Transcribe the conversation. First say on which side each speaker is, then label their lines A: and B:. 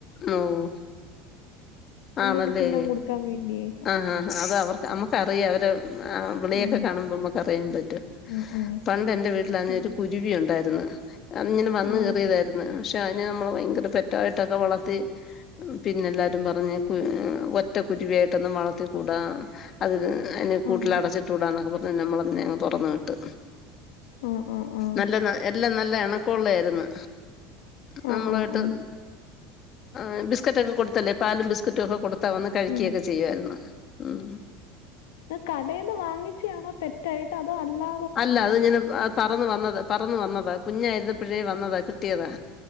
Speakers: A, on the left; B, on the left.
A: ഓഹ്
B: എന്തേലും
A: ആണല്ലേ.
B: തിന്നാൻ കൊടുക്കാൻ വേണ്ടിയേ
A: ആഹ് ആഹ് അതാ അവർ... അമ്മക്കറിയാം അവര് ഉം ആഹ്, വിളിയൊക്കെ
B: ഉം
A: കാണുമ്പംമ്മക്ക് അറിയാൻ പറ്റും
B: ഉം ഉം
A: പണ്ട് എന്റെ വീട്ടിലാന്ന്
B: ഉം
A: യാർച്ച് കുര് രുവി എന്തായതെന്ന് അങ്ങനെ വന്ന്
B: ആഹ്
A: കേറിയതായിര്ന്ന് പക്ഷെ അയ്ന് നമ്മളെ ഭയങ്കര പെറ്റായിട്ടൊക്കെ വളർത്തി ത്തി ഉം പിന്നെല്ലാരും പറഞ്ഞ് കു ഒറ്റ കുരുവിയായിട്ടൊന്നും വളർത്തിക്കൂടാ അതിന് അതിനെ കൂട്ടിലടച്ചിട്ടൂടന്നൊക്കെ
B: ആഹ്
A: പറഞ്ഞ് നമ്മളതിനെ അങ്ങ് തൊറന്ന് വിട്ട്.
B: ആഹ് ആഹ് ആഹ്
A: നല്ല ന എല്ലാം നല്ല എണക്കൊള്ളായിര്ന്ന്. നമ്മളു
B: ആഹ് ആഹ്
A: ആയിട്ട്
B: ആഹ്
A: ഉം ബിസ്ക്കറ്റക്കെ കൊടുത്തല്ലേ പാലും ബിസ്ക്കറ്റും ഒക്കെ കൊടുത്താ വന്ന് കഴിക്കിയൊക്കെ
B: ഉം
A: ചെയ്യുവായിര്ന്ന്. ഉം
B: ഹ് കടേന്ന് വാങ്ങിച്ചെയാണോ പെറ്റായിട്ട് അതോ അല്ലാ
A: അല്ല അത് ഇങ്ങനെ ആ പറന്നു വന്നത പറന്നു വന്നതാ, കുഞ്ഞായിരുന്നപ്പഴേ വന്നതാ, കിട്ടിയതാ